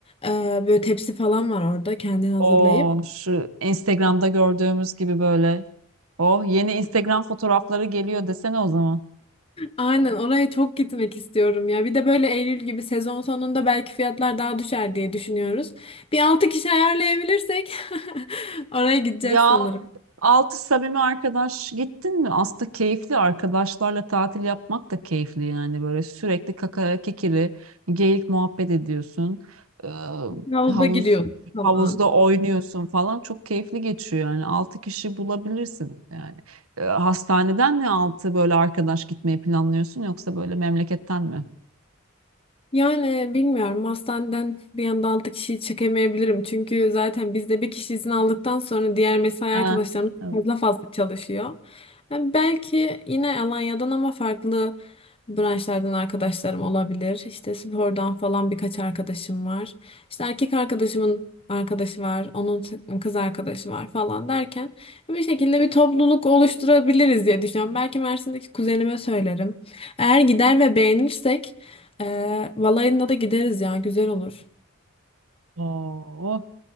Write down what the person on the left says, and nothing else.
E, böyle tepsi falan var orada kendin hazırlayıp.
Aynen oraya çok gitmek istiyorum ya. Bir de böyle Eylül gibi sezon sonunda belki fiyatlar daha düşer diye düşünüyoruz. Bir 6 kişi ayarlayabilirsek <laughs> oraya gideceğiz
sanırım.
Havuza
giriyoruz falan.
Yani bilmiyorum hastaneden bir anda 6 kişiyi çekemeyebilirim. Çünkü zaten bizde bir kişi izin aldıktan sonra diğer mesai
arkadaşlarımız
fazla fazla çalışıyor. Yani belki yine Alanya'dan ama farklı branşlardan arkadaşlarım olabilir. İşte spordan falan birkaç arkadaşım var. İşte erkek arkadaşımın arkadaşı var, onun t- kız arkadaşı var falan derken bir şekilde bir topluluk oluşturabiliriz diye düşünüyorum. Belki Mersin'deki kuzenime söylerim. Eğer gider ve beğenirsek ee, Valayında da gideriz ya güzel olur.